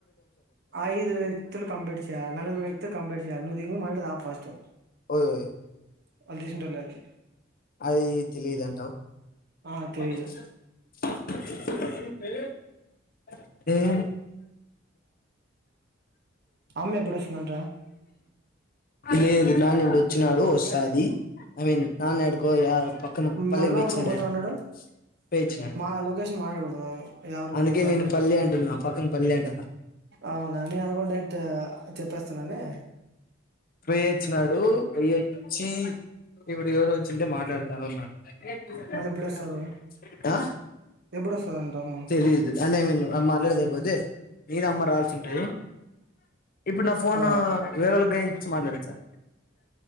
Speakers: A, on the right (about 60°); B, on the left (about 50°).
A: ఐదు వ్యక్తులు పంపించాయల నలగురు వ్యక్తి పంపించాల జియా నువ్వు తిను ముందు రా ఫస్ట్.
B: ఓయ
A: వాళ్ళు తీసింటారో లేదో
B: అది తెలియదంటావ్.
A: ఆ తెలీదు
B: <unintelligible> ఏ <unintelligible>
A: అమ్మ ఎప్పుడు వస్తుందంట
B: లేదు. నానీ ఉండు వచ్చినాడు వస్తాది ఐ మీన్ నాన్న ఎడుకో యార పక్కన పల్లె
A: మల్లాపురం
B: కి పోయి వచ్చినానాడు
A: పోతా అన్నాడు
B: పోయి వచ్చినాడు
A: మా లొకేషన్ మాట్లాడకూడదు మనం ఎవరికి
B: అందుకే
A: పోతా
B: నేను
A: అన్నాడు
B: పల్లి అంటున్నా పక్కన పల్లి అంటున్నా
A: అవునా నే అనుకున్నట్టే చెప్పేస్తున్నాని
B: పోయ వచ్చినాడు పోయచ్చి ఇప్పుడు ఎవరు వచ్చింటే మాట్లాడుతా ఉన్నాడు <unintelligible>
A: మళ్ళీ ఎప్పుడొస్తారు
B: ఆ
A: ఎప్పుడొస్తదంట అమ్మ
B: తెలియదు అన్నే మీ అమ్మ <unintelligible> నేను అమ్మ రావాల్సి ఉంటి ఇప్పుడు నా ఫోన్
A: ఆ
B: వేరే వాళ్ళకి ఇచ్చి మాట్లాడొచ్చా